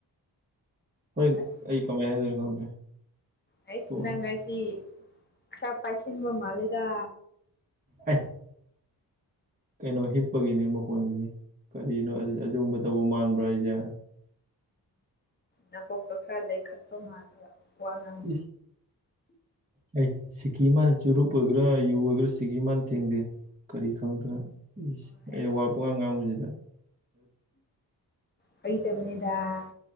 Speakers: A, on the right (about 20°); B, on the left (about 25°).
A: ꯍꯣꯏ
B: ꯑꯁ
A: ꯑꯩ ꯀꯃꯥꯏ ꯍꯥꯏꯗꯣꯏꯅꯣ ꯈꯪꯗ꯭ꯔꯦ
B: ꯑꯩꯁ
A: ꯇꯣꯛꯑꯁꯤ
B: ꯅꯪ ꯉꯁꯤ ꯈꯔ ꯄꯥꯏꯁꯤꯟꯕ ꯃꯥꯜꯂꯦꯗ
A: ꯑꯦ ꯀꯩꯅꯣ ꯍꯤꯞꯄꯒꯤꯅꯦ ꯃꯈꯣꯟꯁꯤꯗꯤ ꯀꯔꯤꯅꯣ ꯑꯗꯨ ꯑꯗꯨꯒꯨꯝꯕ ꯇꯧꯕ ꯃꯥꯟꯕ꯭ꯔꯣ ꯑꯩꯁꯦ
B: ꯅꯥꯀꯣꯛꯇꯣ ꯈꯔ ꯂꯩꯈꯠꯄ ꯃꯥꯟꯕ ꯋꯥ ꯉꯥꯡ
A: ꯏꯁ ꯑꯩ ꯁꯤꯒꯤ ꯃꯥꯅ ꯆꯨꯔꯨꯞ ꯑꯣꯏꯒꯦꯔꯥ ꯌꯨ ꯑꯣꯏꯒꯦꯔꯥ ꯁꯤꯒꯤ ꯃꯥꯅ ꯊꯦꯡꯗꯦ ꯀꯔꯤ ꯈꯪꯗꯅ ꯏꯁ
B: ꯍꯣꯏ
A: ꯑꯩ ꯋꯥ ꯄꯪꯉꯥꯡ ꯉꯥꯡꯕꯁꯤꯗ
B: ꯐꯥꯒꯤ‌ ꯇꯧꯕꯅꯤꯗꯥ